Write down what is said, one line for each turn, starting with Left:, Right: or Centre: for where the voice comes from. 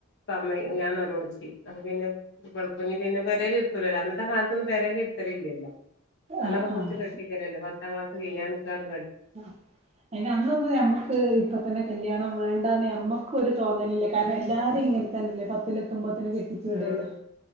Left: സമ്മയ് ഞാൻ നൊലോളിച്ച് അപ്പൊ പിന്നെ <unintelligible> പിന്നെ പെരേലിരിത്തൂലല്ലോ അന്നത്തെ കാൽത്തൊന്നും പെരേല് ഇരുത്തല്ല്ലല്ലോ അന്നൊക്കെ
Right: ആഹ്
Left: പുട്ച്ച്
Right: ആഹ്
Left: കെട്ടിക്കലല്ലേ പത്താം ക്ലാസ് കയ്യാൻ നിക്കാണ്
Right: ആഹ് അയിന് അന്നൊന്നും ഞമ്മക്ക് ഇപ്പം തന്നെ കല്യാണം വേണ്ടാന്ന് ഞമ്മക്കൊരു തോന്നലില്ല. കാരണം എല്ലാരും ഇങ്ങനെ തന്നല്ലേ പത്തില് എത്തൊമ്പത്തിനും കെട്ടി ച്ച് വിടല്ലേ
Left: ആഹ്